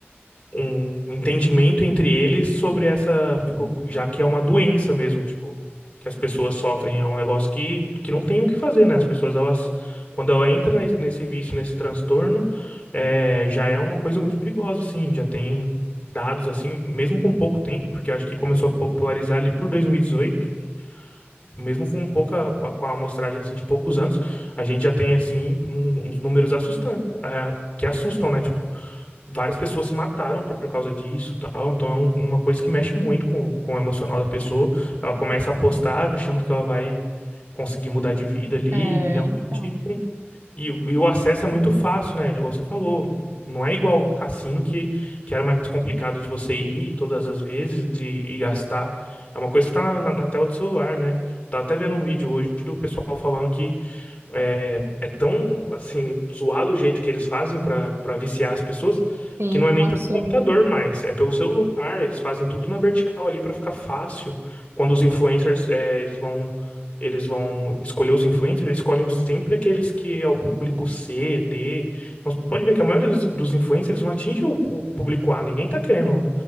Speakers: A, on the left; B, on the right.
A: um entendimento entre eles sobre essa, tipo, já que é uma doença mesmo, tipo, que as pessoas sofrem, é um negócio que, que não tem o que fazer, né? As pessoas, elas, quando ela entra nesse, nesse vício, nesse transtorno, é, já é uma coisa muito perigosa, assim, já tem dados, assim, mesmo com pouco tempo, porque acho que começou a popularizar ali por 2018, mesmo com pouca, com a amostragem, assim, de poucos anos, a gente já tem, assim, um- uns números assustantes, ah, que assustam, né? Tipo, várias pessoas se mataram por causa disso, tal. Então é um- uma coisa que mexe muito com, com o emocional da pessoa. Ela começa a apostar achando que ela vai conseguir mudar de vida ali,
B: É,
A: e realmente.
B: então,
A: E, o- e o acesso é muito fácil, né? Igual você falou, não é igual o cassino que, que era mais complicado de você ir todas as vezes e, e gastar. É uma coisa que tá na, na tela do celular, né? Tá até vendo um vídeo hoje do pessoal falando que é, é tão, assim, zoado o jeito que eles fazem para para viciar as pessoas,
B: sim,
A: que não
B: é
A: é nem
B: um absurdo.
A: pelo computador mais, é pelo celular. Eles fazem tudo na vertical ali para ficar fácil. Quando os influencers, é, eles vão eles vão escolher os influencers, eles escolhem sempre aqueles que é o público C, D. Então, você pode ver que a maioria dos, dos influencers eles não atinge o, o público A. Ninguém tá querendo